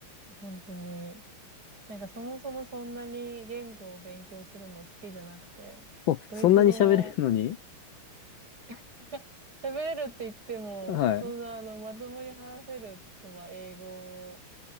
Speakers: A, on the right; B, on the left.
A: 本当に。なんかそもそもそんなに言語を勉強するの好きじゃなくて、
B: お、
A: ドイツ語も
B: そんなに喋れるのに
A: <laughs> 喋れるって言っても、
B: はい。
A: そんなあのまともに話せると、まあ英語